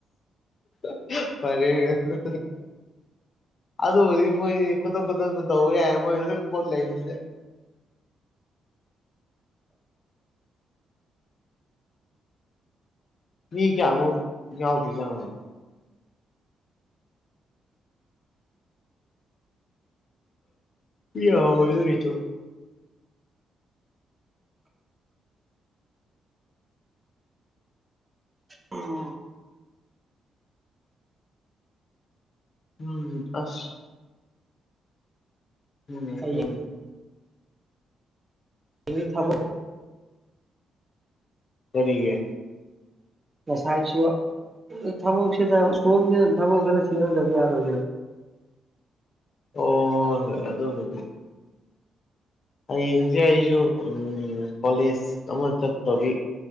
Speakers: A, on the left; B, on the right.
A: <unintelligible> ꯄꯔꯦꯡ ꯉꯥꯛꯇꯅꯦ ꯑꯗꯨꯕꯨꯗꯤ ꯃꯣꯏ ꯈꯨꯗꯛ ꯈꯨꯗꯛꯇ ꯇꯧꯕ ꯌꯥꯏ ꯃꯣꯏ ꯂꯣꯏ ꯄꯣꯠ ꯂꯩꯅꯤꯅꯦ ꯃꯤ ꯀꯌꯥꯃꯨꯛ ꯌꯥꯎꯗꯨꯏꯖꯥꯅꯣ ꯃꯤ ꯌꯥꯝꯃꯣꯏꯗ ꯀꯩꯁꯨ
B: ꯎꯝ
A: ꯎꯝ ꯑꯁ <unintelligible>
B: ꯍꯌꯦꯡꯗꯤ <unintelligible> ꯊꯕꯛ
A: ꯀꯔꯤꯒꯤ
B: ꯉꯁꯥꯏꯁꯨ ꯊꯕꯛꯁꯤꯗ ꯎꯁꯣꯞꯅꯤꯅ ꯊꯕꯛ ꯈꯔ ꯆꯦꯟꯅꯗꯕ ꯌꯥꯔꯣꯏꯌꯦ
A: ꯑꯣ ꯍꯣꯏ ꯍꯣꯏ ꯑꯗꯨꯕꯨꯗꯤ ꯍꯌꯦꯡꯖꯦ ꯑꯩꯖꯨ ꯎꯝ ꯀꯣꯂꯦꯖ ꯑꯃ ꯆꯠꯇꯧꯔꯤ